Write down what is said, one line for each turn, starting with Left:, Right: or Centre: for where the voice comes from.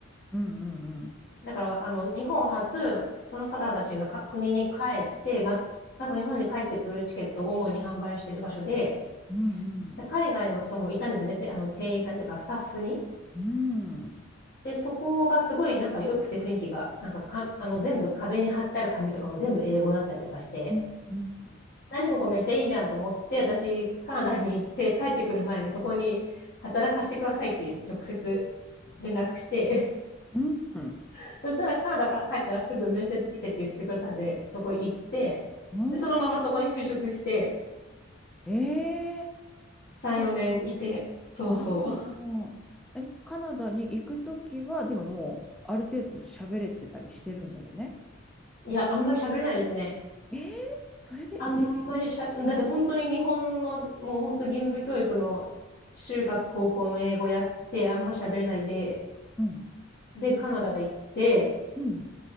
Centre: うん、うん、うん、
Left: だから、あの、日本初、その方たちがか国に帰って、また日本に帰ってくるチケットを主に販売してる場所で、
Centre: うん、
Left: 海外の人もいたんですよね。てあの、店員さんというかスタッフに。
Centre: うん、うん、
Left: で、そこがすごいなんか良くて雰囲気が、なんか、か、あの、全部壁に貼ってある紙とかも全部英語だったりとかして、
Centre: うん、うん、
Left: 何ここめっちゃいいじゃんと思って、私、カナダに行って帰ってくる前にそこに働かせてくださいって直接連絡して、
Centre: うん、
Left: <laughs> そしたらカナダから帰ったらすぐ面接来てって言ってくれたんで、そこ行って、
Centre: う
Left: で、そのままそこに就職して、
Centre: ん、えー、
Left: 3、
Centre: じゃ
Left: 4年いて、そうそ
Centre: あ、あーえ、カナダに行くときは、でももう、ある程度喋れてたりしてるんだよね。
Left: う。いや、あんまり喋れないですね。
Centre: えー、それで行け、
Left: あんまりしゃ、だって本当に日本の、もう本当義務教育の中学、高校の英語やって、あんま喋れないで、
Centre: うん、
Left: で、
Centre: い、
Left: カナダ行って、
Centre: うん、